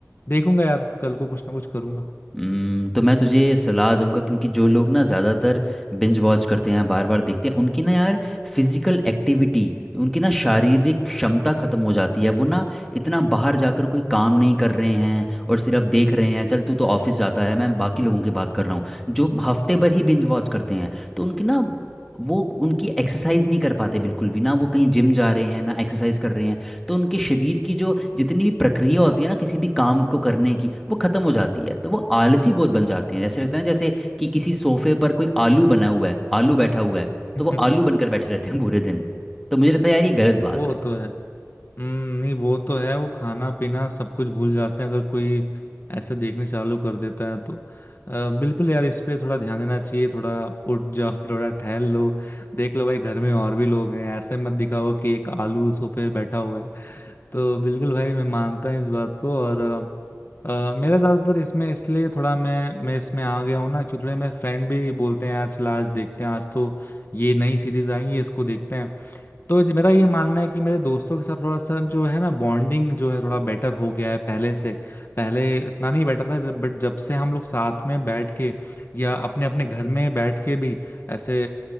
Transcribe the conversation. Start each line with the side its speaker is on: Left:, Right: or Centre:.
Left: देखूंगा यार कल को कुछ ना कुछ करूंगा
Centre: हम्म, तो मैं तुझे सलाह दूंगा क्योंकि जो लोग ना ज़्यादातर बिंज वॉच करते हैं बार बार देखते हैं उनकी ना यार फिजिकल एक्टिविटी उनकी ना शारीरिक क्षमता खत्म हो जाती है वो ना इतना बाहर जाकर कोई काम नहीं कर रहे हैं और सिर्फ देख रहे हैं चल तू तो ऑफिस जाता है मैं बाकी लोगों की बात कर रहा हूँ जो हफ्ते भर ही बिंज वॉच करते हैं तो उनकी ना वो उनकी एक्सरसाइज नहीं कर पाते बिल्कुल भी ना वो कहीं जिम जा रहे हैं ना एक्सरसाइज कर रहे हैं तो उनके शरीर की जो जितनी भी प्रक्रिया होती है ना किसी भी काम को करने की वो खत्म हो जाती है तो वो आलसी बहुत बन जाते हैं जैसे लगता है ना जैसे कि किसी सोफे पर कोई आलू बना हुआ है आलू बैठा हुआ है
Left: <laughs>
Centre: तो वो आलू बनकर बैठे रहते हैं पूरे दिन तो मुझे लगता है यार ये गलत बात
Left: वो
Centre: है
Left: तो है हम्म नहीं वो तो है वो खाना पीना सब कुछ भूल जाते हैं अगर कोई ऐसे देखने चालू कर देता है तो अ, बिल्कुल यार इस पे थोड़ा ध्यान देना चाहिए थोड़ा उठ जाओ <laughs> थोड़ा टहल लो देख लो भाई घर में और भी लोग हैं ऐसे मत दिखाओ कि एक आलू सोफे पे बैठा हुआ है तो बिल्कुल भाई मैं मानता हूँ इस बात को और अ, अ, मेरा ज्यादातर इसमें इसलिए थोड़ा मैं मैं इसमें आ गया हूँ ना कि थोड़े मेरे फ्रेंड भी बोलते हैं यार चला आज देखते हैं आज तो ये नई सीरीज आई है इसको देखते हैं तो ज- मेरा ये मानना है कि मेरे दोस्तों के साथ थोड़ा सा जो है ना बॉन्डिंग जो है थोड़ा बेटर हो गया है पहले से पहले इतना नहीं बेटर था जब बट जब से हम लोग साथ में बैठ के या अपने अपने घर में बैठ के भी ऐसे